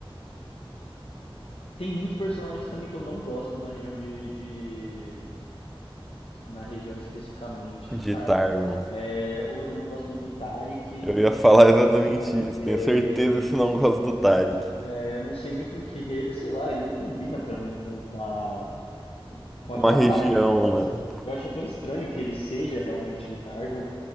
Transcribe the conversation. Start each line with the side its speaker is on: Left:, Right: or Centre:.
Left: Tem muitos personagens também que eu não gosto na região de, de- na região especificamente
Centre: de
Left: de Targon.
Centre: Targon.
Left: É, o- eu não gosto muito do Taric.
Centre: Eu ia falar exatamente
Left: Eu acho
Centre: isso.
Left: que ele,
Centre: Tenho certeza que você não gosta do Tarek.
Left: é, eu não sei nem porquê, sei lá, ele não combina pra mim com, com a com
Centre: Com
Left: aquela
Centre: a região,
Left: parte do universo.
Centre: né?
Left: Eu acho tão estranho que ele seja realmente de Targon,